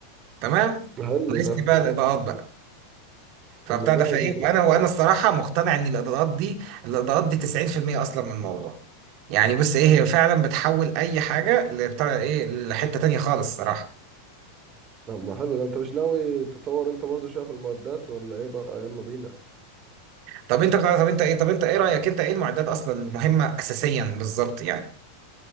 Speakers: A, on the right; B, on the right.
A: تمام؟
B: لا؟ حلو
A: ناقصني
B: ده
A: بقى الاضاءات بقى
B: طب
A: فبتاع
B: ما جامد
A: ده فايه
B: انت
A: وانا وانا الصراحه مقتنع ان الاضاءات دي الاضاءات دي 90% اصلا من الموضوع يعني بص ايه هي فعلا بتحول اي حاجه لبتاع ايه لحته تانية خالص الصراحه
B: طب ما حلو ده انت مش ناوي تطور انت برضه شويه في المعدات ولا ايه بقى يلا بينا
A: طب انت بتاع طب انت ايه طب انت ايه رايك انت ايه المعدات اصلا المهمه اساسيا بالظبط يعني